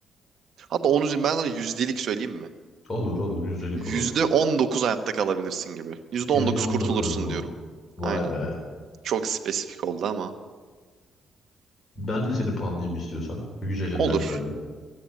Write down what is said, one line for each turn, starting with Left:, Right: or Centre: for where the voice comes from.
Right: hatta 10 üzerinden ben sana yüzdelik söyleyeyim mi?
Left: Olur olur. Yüzdelik
Right: Yüzde
Left: olur.
Right: 19 hayatta kalabilirsin gibi. Yüzde
Left: Yüzde
Right: on dokuz
Left: on
Right: kurtulursun
Left: dokuz mu?
Right: diyorum.
Left: Vay
Right: Aynen.
Left: be.
Right: Çok spesifik oldu ama
Left: Ben de seni puanlayayım istiyorsan. Güzelinden
Right: olur.
Left: böyle.